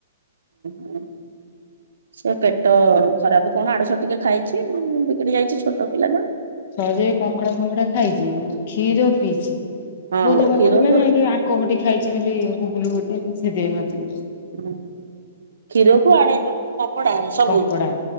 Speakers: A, on the right (about 75°); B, on the left (about 50°).
A: <inaudible> ସେ ପେଟ ଖରାପ କଣ ଆଡୁ ସାଡୁ ଟିକେ ଖାଇଛି ବିଗିଡି ଯାଇଛି ଛୋଟ ପିଲା ଟା।
B: ସହଜେ କଙ୍କଡା ଫଙ୍କଡା ଖାଇଛି କ୍ଷୀର ପିଇଚି
A: ହଁ
B: ବହୁତ ଲୋକ
A: କ୍ଷୀରକୁ
B: କହୁଥିଲେ ଆଙ୍କ ଘଟି ଖାଇଛି ବୋଲି ଗୁଗୁଲୁ ଘଟି ସେଇଥି ପାଇଁ ବାନ୍ତି କରୁଛି।
A: <inaudible> କ୍ଷୀରକୁୁ ଆଣେଇଦଉ କଙ୍କଡ଼ା ସବୁ
B: କଙ୍କଡା